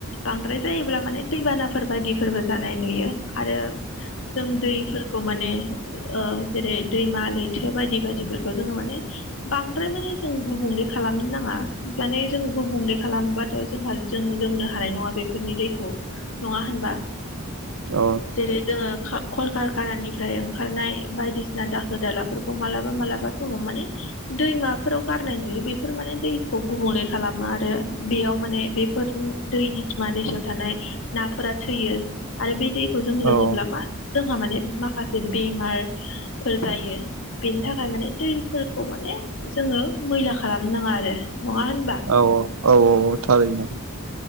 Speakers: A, on the left; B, on the right.
A: बांद्राय जायोब्ला माने दैबानाफोर बायदिफोरबो जानाय नुयो आरो जों दैफोरखौ माने ओ जेरै दैमा लैथो बायदि बायदिफोरखौ जोङो माने बांद्राय माने जों गुबुंले खालामनो नाङा माने जों गुबुंले खालामबाथ' जोंहा जों लोंनो हानाय नङा बेफोरनि दैखौ नङा होनबा
B: अ
A: जेरै जोङो ख खलखारखानानिफ्राय ओंखारनाय बायदिसिना दाखोर दालाफोरखौ मालाबा बा मालाबा समाव माने दैमाफोराव गारनाय नुयो बेफोर माने दैखौ गुबुंले खालामो आरो बेयाव माने बेफोर दैमा दैसायाव थानाय नाफोरा थैयो आरो बे दैखौ जों लोङोब्ला
B: औ
A: मा जोंहा माने माखासे बेमारफोर जायो बेनि थाखाय माने दैफोरखौ माने जोङो मैला खालाम नाङा आरो नङा होनबा
B: औ औ औ औ थारैनो